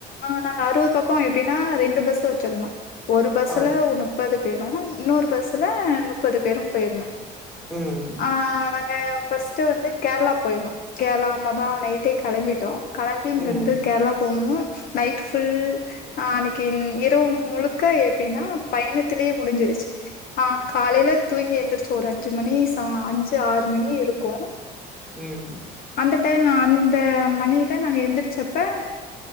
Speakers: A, on the left; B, in the centre.
A: நாங்க அறுபது பக்கம் எப்பிடினா ரெண்டு பஸ் சோச்சணும் ஒரு பஸ்ல
B: ஆம்
A: நுப் முப்பது பேரும் இன்னொரு பஸ்ல முப்பது பேரும் போயிருந்தோம்
B: ம்
A: ஆஹ் நாங்க ஃபர்ஸ்ட்டு வந்து கேரளா போயிருந்தோம் கேரள முதல் நைட் நைட்டே கிளம்பிட்டோம் கிளம்பி இங்கிருந்து
B: ம்
A: கேரளா போனும் நைட் ஃபுல் கின் ப் முழுக்க எப்டின்னா பயணத்திலேயே முடிஞ்சிருச்சு ஆஹ் காலையில தூங்கி எந்திரிச்சு ஒரு அஞ்சு மணி அஞ்சு ஆறு மணி இருக்கும்
B: ம்
A: அந்த டைம் அந்த மணில நாங்க எந்திரிச்சப்ப